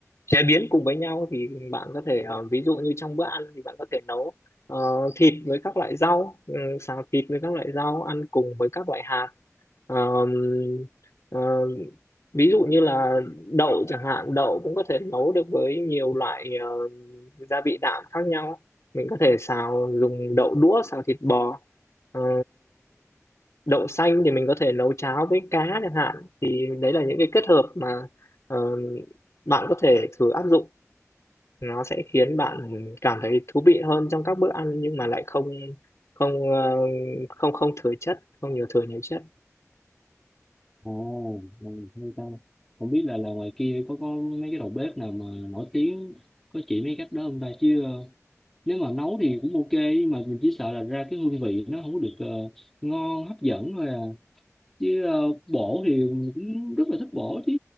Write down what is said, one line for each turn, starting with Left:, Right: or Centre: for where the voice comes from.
Left: chế biến cùng với nhau thì bạn có thể ờ, ví dụ như trong bữa ăn thì bạn có thể nấu ờ, thịt với các loại rau ừ, xào thịt với các loại rau ăn cùng với các loại hạt Ờm, ờ, ví dụ như là đậu chẳng hạn đậu cũng có thể nấu được với nhiều loại ờ, gia vị đạm khác nhau mình có thể xào dùng đậu đũa xào thịt bò Ờm, đậu xanh thì mình có thể nấu cháo với cá chẳng hạn thì đấy là những cái kết hợp mà ờ, bạn có thể thử áp dụng nó sẽ khiến bạn cảm thấy thú vị hơn trong các bữa ăn nhưng mà lại không không ờ, không không thừa chất không nhiều thừa nhiều chất
Centre: Ồ, ồ, hay ta. Không biết là là ngoài kia có có mấy cái đầu bếp nào mà nổi tiếng có chỉ mấy cách đó không ta chứ ờ, nếu mà nấu thì cũng ok nhưng mà mình chỉ sợ là ra cái hương vị nó không có được ờ, ngon hấp dẫn thôi à. chứ ờ, bổ thì mình cũng rất là thích bổ chứ